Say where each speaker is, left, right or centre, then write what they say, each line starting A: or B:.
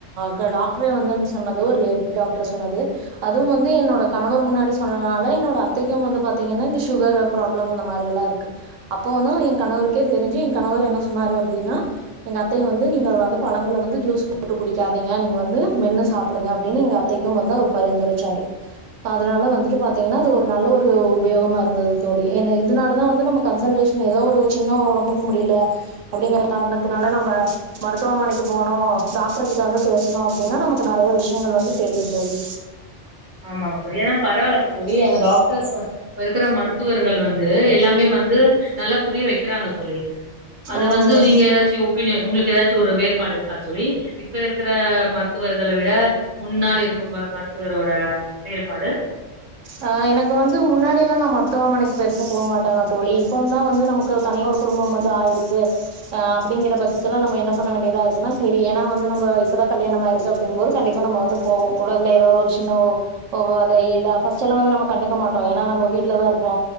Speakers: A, on the right; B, on the right.
A: க டாக்ட்ரே வந்து என்ன சொன்னது ஒரு லேடி டாக்டரு சொன்னது அதுவும் வந்து என்னோட கணவர் முன்னாடி சொன்னதுனால என்னோட அத்தைக்கும் வந்து பாத்தீங்கன்னா இந்த சுகர் ப்ராப்ளம் அந்த மாரி எல்லா இருக்கு அப்போதோ என் கணவருக்கே தெரிஞ்சு என் கணவர் என்ன சொன்னாரு அப்டின்னா எங்க அத்தைைய வந்து நீங்க வந்து பழங்கள வந்து ஜூஸ் போட்டு குடிக்காதீங்க நீங்க வந்து மென்னு சாப்பிடுங்க அப்டடின்னு எங்க அத்தைக்கும் வந்து அவர் பரிந்துரைச்சாரு அதனால வந்துட்டு பாத்தீங்கன்னா அது ஒரு நல்ல ஒரு உபயோகமா இருந்தது தோழி ஏனா இதனாலதா வந்து நம்ம கன்சல்டேஷன் ஏதோ ஒரு சின்ன உடம்புக்கு முடியல அப்டிங்கற காரணத்தனால நம்ப மருத்துவமணைக்கு போனோம் டாக்டர் கிட்ட வந்து பேசனோம் அப்டின்னா நமக்கு நெறைய விஷயங்கள் வந்து தெரியும் தோலி
B: ஆமாங்க தோழி பரவால்ல தோழி டாக்டர்ஸ் வந் இப்போ இருக்கற மருத்துவர்கள் வந்து எல்லாமே வந்து நல்லா புரிய வைக்கிறாங்க தோலி அது
A: ம்
B: வந்து நீங்க ஏதாச்சும் <unintelligible> உங்களுக்கு ஏதாச்சும் ஒரு வேறுபாடு இருக்கா தோலி இப்ப இருக்கிற மருத்துவர்கல விட முன்னால் இருக்கப் போற மருத்துவரோ அ வேறுபாடு
A: ஆ எனக்கு வந்து முன்னாடி எல்லா நா மருத்துவமனைக்கு பெருசா போக மாட்டாங்க தோலி இப்ப தான் வந்து நமக்கு தனியா ஒரு குடும்பம் வந்து ஆயிருச்சு அ அப்படிங்கிறக்ஷ பட்சத்துலா நம்ப என்ன பண்ண வேண்டியதா இருக்குன்னா சரி ஏனா வந்து நம்ப இப்பதா கல்யாணமாயிருக்கு அப்டிங்கும் போது கண்டிப்பா நம்ப வந்து போவோ உடல்ல ஏதாவது ஒரு சின்ன ஒ ஒவ்வாதை இல்லா <inaudible> வந்து நம்ம கண்டுக்கமாட்டோ ஏன்னா நம்ப வீட்டுலதான் இருப்போ